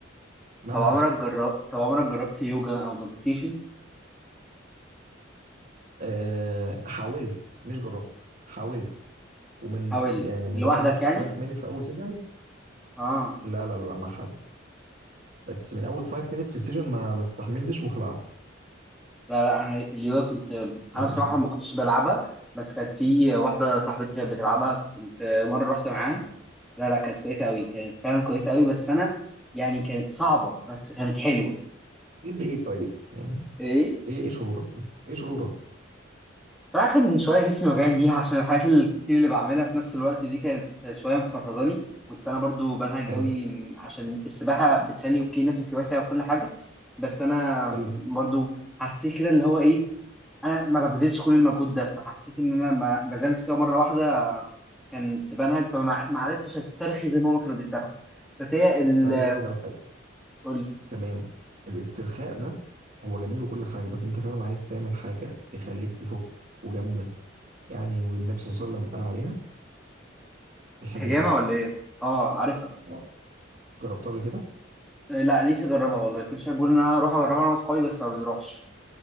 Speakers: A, on the right (about 45°); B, in the centre.
A: مهما
B: طب عمرك
A: حصل
B: جربت طب عمرك جربت يوجا او مديتيشن
A: أه حاولت مش جربت حاولت ومن
B: حاولت
A: يعني مجرد
B: لوحدك
A: بس
B: يعني
A: 5 minutes في اول سيشن
B: اه
A: لا لا لا مع حد بس من اول 5 minutes في السيشن ما ما استحملتش وخلعت
B: لا لا انا اليوجا كنت انا
A: يعني
B: بصراحه
A: ما حبيتش
B: ما كنتش بلعبها بس كانت في واحده صاحبتي كانت بتلعبها كنت مره رحت معاها لا لا كانت كويسه قوي كانت فعلا كويسه قوي بس انا يعني كانت صعبه بس كانت حلوه
A: ليه ايه طيب يعني
B: ايه
A: ايه ايه شعورك ايه شعورك
B: صراحة كان من شوية جسمي وجعني ليها عشان الحاجات الكتير اللي بعملها في نفس الوقت دي كانت شوية مفرهداني كنت أنا برضو بنهج
A: حلو
B: أوي عشان السباحة بتخلي أوكي نفسي واسع وكل حاجة بس أنا
A: حلو
B: برضو حسيت كده اللي هو إيه أنا ما ببذلش كل المجهود ده فحسيت إن أنا ما بذلت كده مرة واحدة كانت بنهج فما ما عرفتش أسترخي زي ما هما كانوا بيسترخوا بس هي ال
A: انا عايز اقول لك على حاجه
B: قولي
A: كمان الاسترخاء ده هو جميل وكل حاجه بس انت فعلا عايز تعمل حاجه تخليك تفك وجامده يعني والنبي صلى الله عليه وسلم قال عليها الحجامه
B: حجامة ولا إيه؟ آه عارفها
A: اه جربتها قبل كده
B: آه، لا نفسي أجربها والله كل شوية بقول إن أنا هروح أجربها أنا وأصحابي بس ما بنروحش